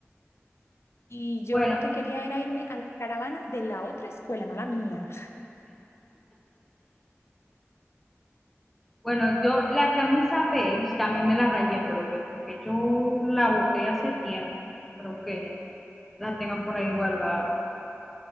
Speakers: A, on the left; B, in the centre.
A: Y yo
B: Bueno,
A: lo que quería era irme a la caravana de la otra escuela, no la mía.
B: bueno, yo la camisa beige también me la rayé, pero yo creo que yo la boté hace tiempo, creo que la tenga por ahí guardada.